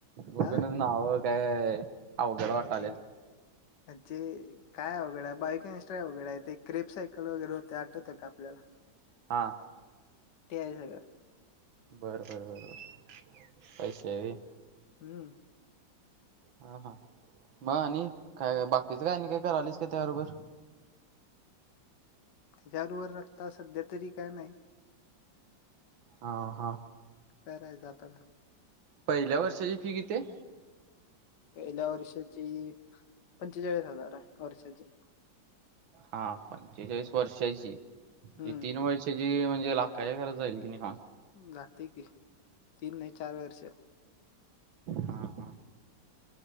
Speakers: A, on the right; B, on the left.
A: बघूनच
B: हा
A: नाव काय अवघड वाटाले.
B: अरे जे काय अवघडा आहे बायक एनस्ट्राय अवघडा आहे ते क्रेप सायकल वगैरे होते आठवत का आपल्याला ला.
A: हा.
B: ते आहे सगळं.
A: बर बर बरोबर पैसेवी
B: हम्म.
A: हा हा मग आणि काय बाकीचं काय नाही काय करालीच का त्याबरोबर
B: तच्या रूवर राता सध्या तरी काय नाही.
A: ह.
B: खर आहेझात.
A: पहिल्या वर्षाची फी किती?
B: पहिल्या वर्षाची पंचेचाळीस हजार आहे वर्षाची.
A: हा पंचेचाळीस वर्षाची
B: हम्म
A: तीन वर्षाची म्हणजे लाखाच्या घरात जाईल की नाही.
B: जाती की तीन नाही चार वर्ष
A: हा हा.